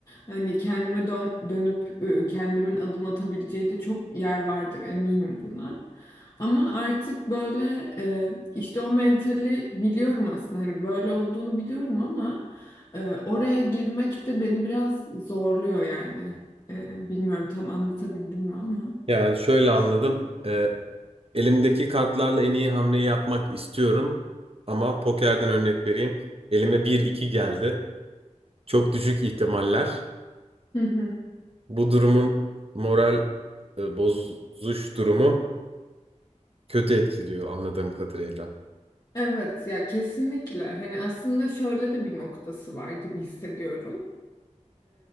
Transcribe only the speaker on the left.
Hani kendime dön dönüp e, kendimin adım atabileceği de çok yer vardır eminim buna. Ama artık böyle e, işte o mentali biliyorum aslında hani böyle olduğunu biliyorum ama ee, oraya girmek de beni biraz zorluyor yani. Ee, bilmiyorum tam anlatabildim mi ama.
Hı hı.
Evet ya kesinlikle. Hani aslında şöyle de bir noktası var gibi hissediyorum.